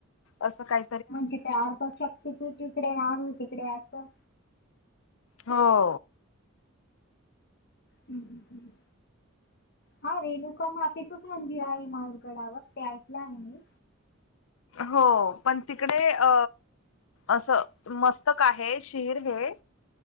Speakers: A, on the left (about 75°); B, on the left (about 50°).
A: असं काय
B: म्हणजे ते अर्थशक्ती पीठ इकडे राहुर तिकडे असं
A: हो.
B: हम्म हम्म हम. हा रेणुका मातेचंच मंदिर आहे माऊरगडावर ते ऐकलं आहे मी.
A: हो पण तिकडे अ असं मस्तक आहे शीर हे